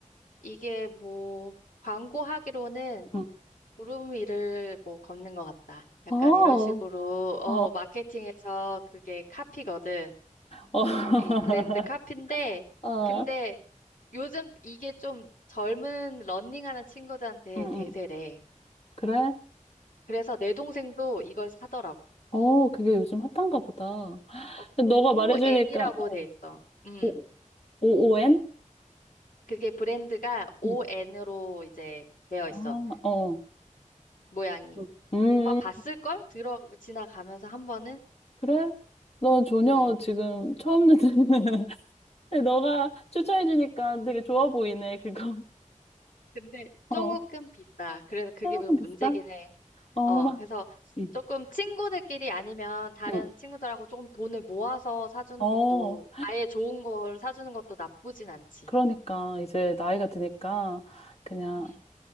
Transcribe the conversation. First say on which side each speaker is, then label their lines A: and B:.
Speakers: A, on the left; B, on the left.
A: 이게 뭐 광고하기로는
B: 응,
A: 구름 위를 뭐 걷는 것 같다. 약간
B: 어, 어,
A: 이런 식으로 어
B: 어,
A: 마케팅에서 그게 카피거든.
B: <laughs>
A: 이 브랜드 카피인데
B: 아,
A: 근데 요즘 이게 좀 젊은 러닝하는 친구들한테
B: 응,
A: 대세래.
B: 응. 그래?
A: 그래서 내 동생도 이걸 사더라고.
B: 어, 그게 요즘 핫한가 보다.
A: 어,
B: 너가
A: ON이라고
B: 말해주니까, 어,
A: 돼 있어. 음,
B: 오, OON?
A: 그게 브랜드가 ON으로
B: 응,
A: 이제 되어
B: 아,
A: 있어.
B: 어.
A: 모양이.
B: 응. 음,
A: 아마 봤을걸? 들어, 지나가면서 한 번은?
B: 그래? 너 전혀
A: 음.
B: 지금 처음 듣는 <laughs> 근데 너가 추천해주니까 되게 좋아 보이네, 그거.
A: 근데
B: <laughs> 어,
A: 조금 비싸. 그래서 그게
B: 조금
A: 좀
B: 비싸?
A: 문제긴 해.
B: 어,
A: 어,
B: 막,
A: 그래서
B: 응,
A: 조금 친구들끼리 아니면 다른
B: 응.
A: 친구들하고 조금 돈을 모아서 사주는
B: 어,
A: 것도 아예 좋은 걸 사주는 것도 나쁘진 않지.
B: 그러니까 이제 나이가 드니까 그냥,
A: 음.